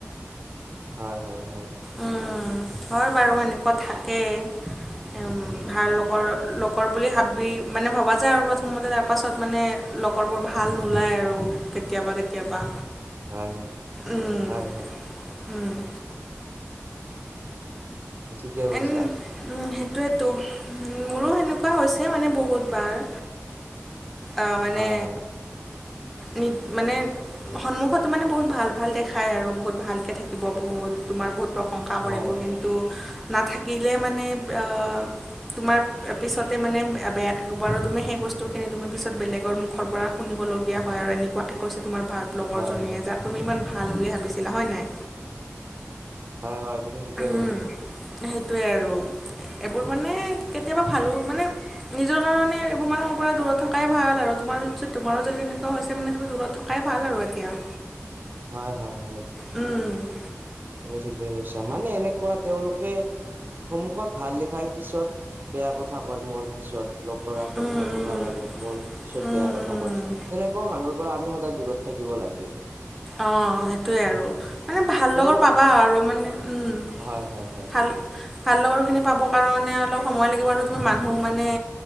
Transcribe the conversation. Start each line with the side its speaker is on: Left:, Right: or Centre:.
Right: হয় হয় হয়
Centre: উম, হয় বাৰু এনেকুৱা থাকেই ভাৰ লগৰ লগৰ বুলি ভাবি মানে ভবা যায় আৰু প্ৰথমতে তাৰ পাছত মানে লগৰবোৰ ভাল নোলায় আৰু কেতিয়াবা কেতিয়াবা
Right: হয় হয়
Centre: উম,
Right: হয় হয়
Centre: উম
Right: ঠিকে কৈছা
Centre: এন উম সেইটোয়েতো মোৰো সেনেকুৱা হৈছে মানে বহুত বাৰ আহ মানে
Right: হয় হয়
Centre: নি মানে সন্মুখত মানে বহুত ভাল ভাল দেখাই আৰু বহুত ভালকে থাকিব বহুত তোমাৰ বহুত প্ৰ সংশা
Right: হয়
Centre: কৰিব
Right: হয়
Centre: কিন্তু নাথাকিলে মানে অ তোমাৰ পিছতে মানে বেয়া বেয়াকে ক'ব আৰু তুমি সেই বস্তুখিনি তুমি পিছত বেলেগৰ মুখৰ পৰা শুনিবলগীয়া হয় আৰু এনেকুৱাকে কৈছে তোমাৰ ভ লগৰজনীয়ে
Right: হয় হয়
Centre: যাক তুমি ইমান ভাল বুলি ভাবিছিলা হয় নাই
Right: হয় হয় তুমি ঠিকে কৈছা
Centre: উম সেইটোৱে আৰু এইবোৰ মানে কেতিয়াবা ভালো মানে নিজৰ কাৰণে এইবোৰ মানুহৰ পৰা দূৰত থকাই ভাল আৰু তোমাৰ যদি তোমাৰো যদি তেনেকুৱা হৈছে মানে তুমি দূৰত থ কাই ভাল আৰু এতিয়া।
Right: হয় হয় হয়।
Centre: উম,
Right: তুমি ঠিকে কৈছা, মানে এনেকুৱা তেওঁলোকে সন্মুখত ভাল লিখাই পিছত বেয়া কথা কয় মোৰ। পিছত লগৰ আগত
Centre: উম,
Right: বা
Centre: উম,
Right: কৰবাৰ আগত মোৰ পিছত
Centre: উম,
Right: বেয়া কথা
Centre: উম।
Right: কয়। সেনেকুৱা মানুহৰ পৰা আমি সদায় দূৰত থাকিব লাগে।
Centre: অঁ সেইটোৱে আৰু মানে ভাল
Right: তেওঁৰ
Centre: লগা পাবা আৰু মানে উম
Right: হয় হয় হয়।
Centre: ভাল ভাল লগা খিনি পাবৰ কাৰণে অলপ সময় লাগিব আৰু তুমি মানুহ মানে